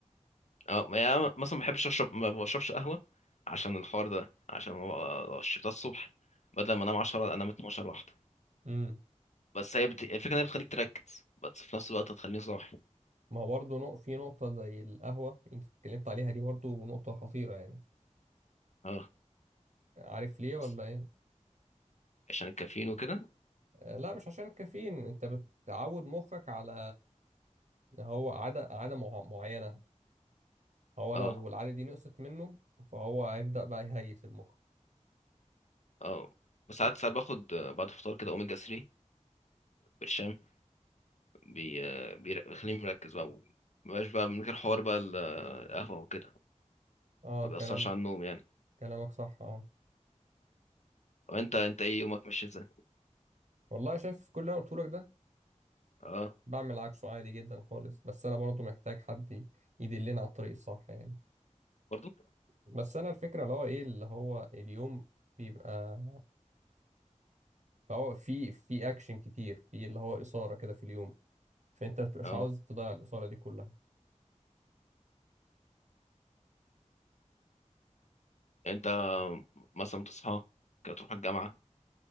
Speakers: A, on the left; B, on the right.
A: اه ما يعني مثلا ما بحبش اشرب ما بشربش قهوة عشان الحوار ده عشان ما بقى- لو شربتها الصبح بدل ما انام 10 انام 12 واحدة
B: امم
A: بس هي بت... الفكرة ان هي بتخليك تركز بس في نفس الوقت هتخليني صاحي
B: ما هو برضه نق... في نقطة زي القهوة انت اتكلمت عليها دي برضه نقطة خطيرة يعني
A: اه
B: عارف ليه ولا
A: بس
B: ايه؟
A: عشان الكافيين وكده
B: آه، لا مش عشان الكافيين انت بتعود مخك على إن هو عادة عادة مع... معينة هو لو
A: اه
B: العادة دي نقصت منه فهو هيبدأ بقى يهيس المخ
A: اه بس ساعات ساعات باخد آه، بعد الفطار كده اوميجا 3 برشام بي... آه، بير- بيخليني مركز بقى مبقاش بقى من غير حوار بقى ال- آه، القهوة وكده
B: اه
A: ما
B: كلام
A: بيأثرش على النوم يعني
B: كلامك صح اه
A: وانت انت ايه يومك ماشي ازاي
B: والله شايف كل اللي انا قلته لك ده
A: اه
B: بعمل عكسه عادي جدا خالص بس انا برضو محتاج حد ي- يدلني على الطريق الصح يعني
A: برضو
B: بس انا الفكره اللي هو ايه اللي هو اليوم بيبقى اللي هو في في اكشن كتير في اللي هو اثاره كده في اليوم فانت ما بتبقاش
A: اه
B: عاوز تضيع الاثاره دي كلها
A: يعني انت مثلا بتصحى كده تروح الجامعه